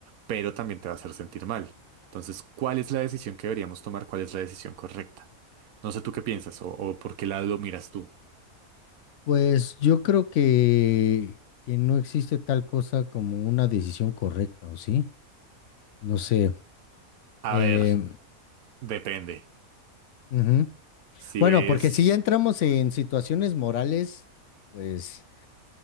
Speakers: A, on the right; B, on the left.
A: pero también te va a hacer sentir mal. Entonces, ¿cuál es la decisión que deberíamos tomar? ¿Cuál es la decisión correcta? No sé tú qué piensas o, o por qué lado lo miras tú.
B: Pues yo creo que, que no existe tal cosa como una decisión correcta, ¿o sí? No sé.
A: A
B: Eh,
A: ver, depende.
B: ujú.
A: Si
B: Bueno,
A: ves,
B: porque si ya entramos en situaciones morales, pues,